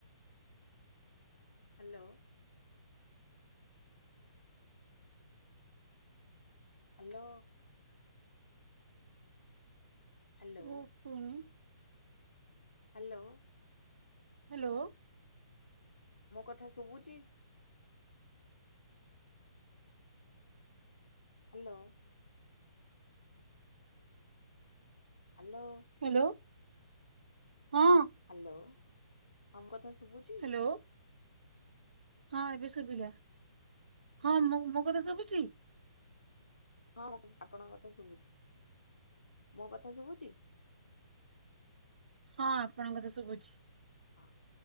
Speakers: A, on the left; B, on the right.
A: Hello. Hello. Hello.
B: ମୁଁ ଶୁନି
A: ହ୍ୟାଲୋ।
B: ହାଲୋ।
A: ମୋ କଥା ଶୁଭୁଚି? ହ୍ୟାଲୋ। ହାଲୋ।
B: ହ୍ୟାଲୋ ହଁ।
A: ହାଲୋ। <unintelligible> କଥା ସୁବୁଚି?
B: ହ୍ୟାଲୋ ହଁ ଏବେ ଶୁଭିଲା ହଁ ମୋ ମୋ କଥା ସବୁଚି?
A: ହଁ ଆପଣଙ୍କ କଥା ଶୁଭୁଚି ମୋ କଥା ଶୁଭୁଚି?
B: ହଁ ଆପଣ କଥା ସଭୁଚି।
A: ହଁ